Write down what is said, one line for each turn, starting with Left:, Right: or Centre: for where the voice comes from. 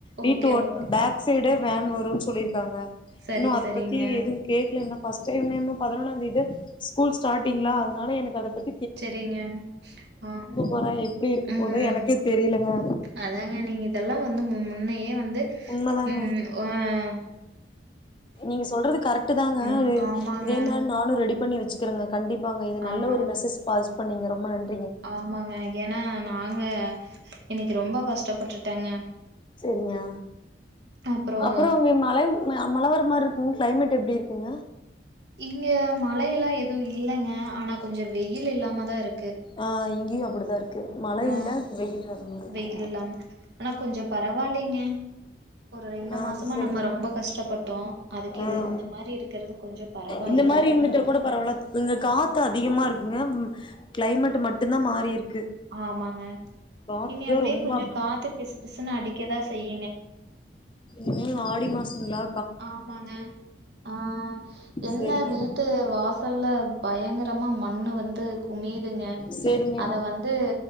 Left: வீட்டு
Right: ஓகே,
Left: ஓட்ட
Right: ஓகே.
Left: பேக் சைட் விட வேன் வரும்னு சொல்லியிருக்காங்க
Right: சரி,
Left: இன்னு அத
Right: சரிங்க.
Left: பத்தி எதுவு கேக்கல என்ன ஃபர்ஸ்ட் டைம் <unintelligible> பதினொன்னாம் தேதி ஸ்கூல் ஸ்டாரிங்கலா அதனால எனக்கு அத பத்
Right: செரிங்க ஆஹ்
Left: போறே எப்டி இருக்க
Right: உம்
Left: போது எனக்கே தெரியலங்க
Right: அதாங்க நீங்க இதெல்லாம் வந்து மு முன்னையே வ து
Left: உண்மதாங்க
Right: உம் அஹ்
Left: நீங்க சொல்றது கரெக்ட் தாங்க
Right: ம்.
Left: ஒரு
Right: ஆமாங்க.
Left: இதே மாரி நானு ரெடி பண்ணி வச்சிக்கிறங்க கண்டிப் பாங்க இது
Right: ஆமா.
Left: நல்ல ஒரு மெசேஜ் பாசவ் ப்பண்ணீங்க ரொம்ப நன்றி
Right: ஆமாங்க ஏன்னா நாங்க இன்னைக்கு ரொம்ப கஷ்டப்பட்டு ட்டங்க
Left: செரிங்கா
Right: அப்புறம்
Left: அப்றோ அவங்க மழ <unintelligible> மழ வர மாரி இருக்குங்க கிளைமேட் எப்டி இருக்குங்க
Right: இங்க மழையெல்லா எதுவும் இல்லங்க ஆனா கொஞ்ச வெயில் இல்லாம தா இருக்கு
Left: ஆ இங்கயு அப்டிதா இருக்கு க்கு மழை
Right: ஆ
Left: இல்லா வெயில் வரமாரி இருக்கு
Right: வெயில் இல்லாம. ஆனா கொஞ்சம் பரவாயில்லைங்க. ஒரு
Left: ஆ
Right: மாசமா
Left: சேரிங்க
Right: நம்ம ரொம்ப கஷ்டப்பட்டோம். அதுக்கு
Left: ஆ
Right: இது இந்த மாரி இருக்கிறது கொஞ்சம் பரவாயில்ல.
Left: இந்த மாரி இருந்துட்ட கூட பரவாயல கொஞ்சோ காத்து அதிகமா இருக்கு ங்க கிளைமேட் மட்டும் தா மாறி இருக்கு
Right: ஆமாங்க
Left: காத்துதா
Right: இனி அப்டியே
Left: ரொம்ப
Right: கொஞ்ச காத்து பிசு பிசுன்னு அடிக்கதா செய்யு
Left: இனிமேல் ஆடி மாசம்ங்லா
Right: ஆமாங்க ஆ என்ன
Left: செரிங்க
Right: வீட்டு வாசல் நல்ல பயங்கர கரமா மண்ணு வந்து குமியுதுங்க
Left: சேரிங்க
Right: அத வந்து